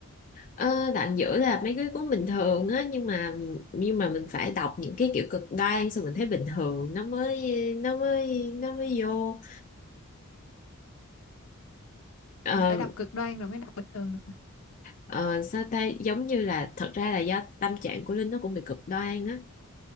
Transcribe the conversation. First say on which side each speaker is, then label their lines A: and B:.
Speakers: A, on the left; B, on the left.
A: ờ, đoạn giữa là mấy cái cuốn bình thường á nhưng mà nhưng mà mình phải đọc những cái kiểu cực đoan xong mình thấy bình thường nó mới nó mới nó mới vô Ờ,
B: phải đọc cực đoan rồi mới đọc bình thường được.
A: ờ, sao ta giống như là thật ra là do tâm trạng của Linh nó cũng bị cực đoan á